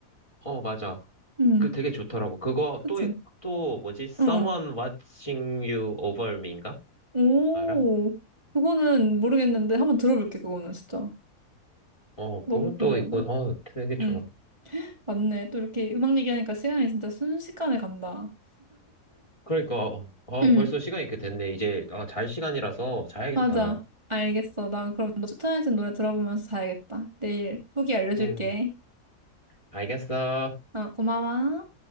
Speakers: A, on the left; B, on the right.
A: 어, 맞아.
B: 응,
A: 그 되게 좋더라고. 그거
B: 그치?
A: 또, 또 뭐지? Someone
B: 어, 어.
A: Watching You Over Me인가?
B: 오,
A: 알아?
B: 그거는 모르겠는데 한번 들어볼게, 그거는 진짜.
A: 어,
B: 너무
A: 그것도
B: 궁금한데?
A: 있고, 어, 되게 좋아.
B: 응, 맞네. 또 이렇게 음악 얘기하니까 시간이 진짜 순식간에 간다.
A: 그러니까, 아,
B: 응,
A: 벌써 시간이 이렇게 됐네. 이제, 아, 잘 시간이라서 자야겠다.
B: 맞아. 알겠어. 나 그럼 너 추천해준 노래 들어보면서 자야겠다. 내일 후기 알려줄게.
A: 음. 알겠어.
B: 어, 고마워.